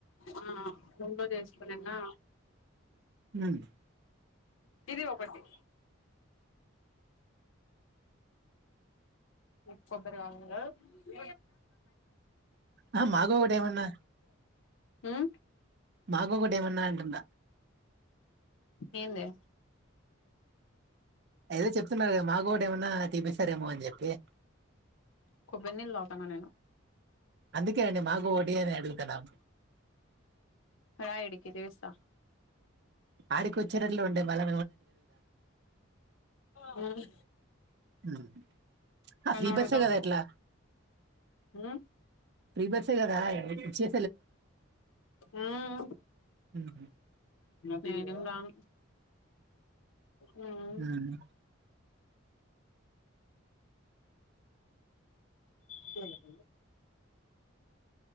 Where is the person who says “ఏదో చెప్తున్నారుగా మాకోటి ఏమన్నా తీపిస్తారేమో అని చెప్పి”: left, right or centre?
Right